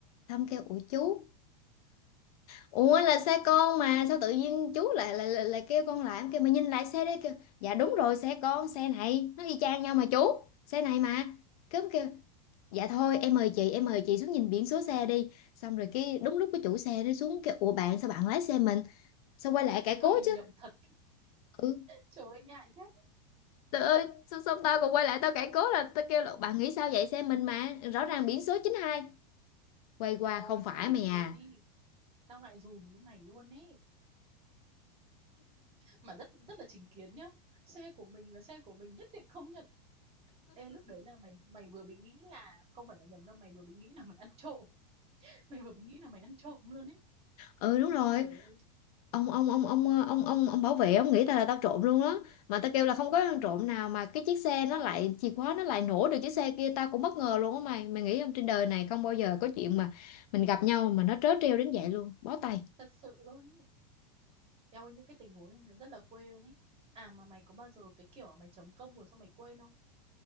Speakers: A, on the left (about 65°); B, on the right (about 25°).
A: Xong kêu "Ủa chú, Ủa là xe con mà sao tự nhiên chú lại lại lại, lại kêu con lại em kêu mà nhìn lại xe đấy kêu dạ đúng rồi xe con xe này nó y chang nhau mà chú xe này mà cứ kêu dạ thôi em mời chị em mời chị xuống nhìn biển số xe đi xong rồi cái đúng lúc cái chủ xe nó xuống kêu ủa bạn sao bạn lái xe mình sao quay lại
B: <laughs>
A: cãi cố
B: Mình
A: chứ
B: nhầm thật.
A: ừ
B: Trời ơi ngại thế.
A: trời ơi sao, sao tao còn quay lại tao cãi cố là tao kêu là bạn nghĩ sao vậy xe mình mà rõ ràng biển số chín hai, quay qua
B: Eo
A: không
B: ơi
A: phải
B: thể
A: mày
B: luôn
A: à
B: ý. Tao ngại dùm với mày luôn ý. Mà rất rất là chính kiến nhá. Xe của mình là xe của mình nhất định không nhận. Ê lúc đấy là mày mày vừa bị nghĩ là không phải là nhầm đâu, mày vừa bị nghĩ là mày ăn trộm. <laughs> Mày vừa bị nghĩ là mày ăn trộm luôn ấy.
A: ừ đúng rồi
B: Trời ơi,
A: ông ông ông ông ờ, ông ông ông bảo vệ ông nghĩ tao là tao trộm luôn á mà tao kêu là không có ăn trộm nào mà cái chiếc xe nó lại chìa khóa nó lại nổ được chiếc xe kia tao cũng bất ngờ luôn á mày mày nghĩ không trên đời này không bao giờ có chuyện mà mình gặp nhau mà nó trớ trêu đến vậy luôn bó tay
B: thật sự luôn ý. Eo ơi những cái tình huống này nó rất là quê luôn ý. À mà mày có bao giờ cái kiểu là mày chấm công rồi xong mày quên không?